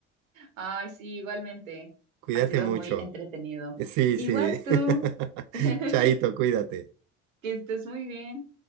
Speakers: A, on the right; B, on the right.
A: Ay, sí, igualmente.
B: Cuídate
A: Ha sido
B: mucho.
A: muy entretenido.
B: Sí,
A: Igual
B: sí.
A: tú.
B: <laughs>
A: <laughs>
B: Chaito, cuídate.
A: Que estés muy bien.